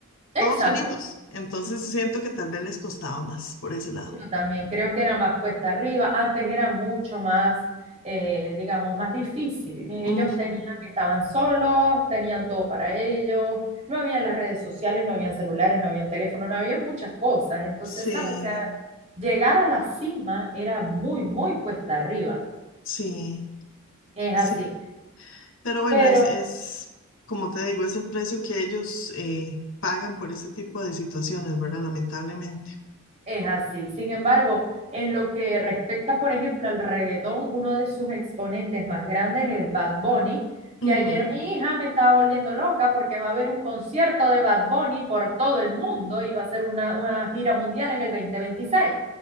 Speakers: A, on the right (about 30°); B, on the left (about 60°).
A: Exacto,
B: todos solitos. Entonces siento que tal vez les costaba más por ese lado.
A: yo también creo que era más cuesta arriba, antes era mucho más, eh, digamos, más difícil. Ellos
B: Ujú.
A: tenían, estaban solos, tenían todo para ellos, no habían las redes sociales, no habían celulares, no habían teléfono, no habían muchas cosas. Entonces,
B: Sí,
A: ¿sabes? O sea, llegar a la cima era muy, muy cuesta arriba,
B: sí,
A: es
B: sí.
A: así.
B: Pero bueno,
A: Pero
B: es, es, como te digo, es el precio que ellos eh, pagan por este tipo de situaciones, ¿verdad? Lamentablemente.
A: Es así. Sin embargo, en lo que respecta, por ejemplo, al reggaetón, uno de sus exponentes más grandes es Bad Bunny,
B: Ujú.
A: que ayer mi hija me estaba volviendo loca porque va a haber un concierto de Bad Bunny por todo el mundo y va a ser una, una gira mundial en el 2026.